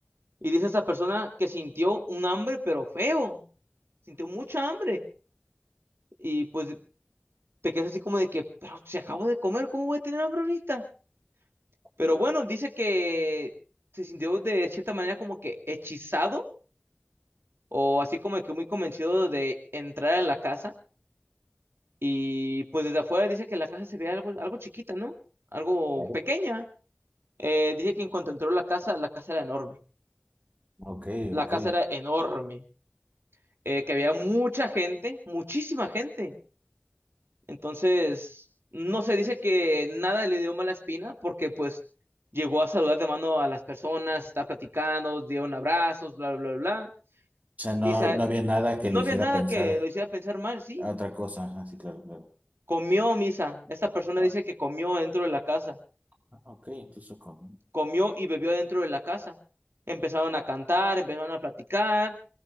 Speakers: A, on the right (about 90°); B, on the right (about 40°).
A: Y dice esta persona que sintió un hambre, pero feo, sintió mucha hambre. Y pues te quedas así como de que, pero si acabo de comer, ¿cómo voy a tener hambre ahorita? Pero
B: sí,
A: bueno, dice que se sintió de cierta manera como que hechizado o así como que muy convencido de entrar a la casa Y pues desde afuera dice que la casa se ve algo, algo chiquita, ¿no? Algo
B: claro.
A: pequeña. Eh, dice que en cuanto entró la casa, la casa era enorme.
B: Ok,
A: La
B: ok.
A: casa
B: O
A: era enorme. Eh, que había mucha gente, muchísima gente. Entonces, no se dice que nada le dio mala espina porque pues llegó a saludar de mano a las personas, está platicando, dieron abrazos, bla, bla, bla.
B: sea, no,
A: Misa,
B: no había nada
A: no
B: que lo hiciera
A: había nada
B: pensar
A: que lo hiciera pensar mal, sí.
B: a otra cosa. Ajá, sí, claro, claro.
A: Comió, Misa. Esta persona
B: Ah,
A: dice que comió dentro de la casa
B: ah, ok, incluso comí.
A: comió y bebió dentro de la casa. Empezaron a cantar, empezaron a platicar.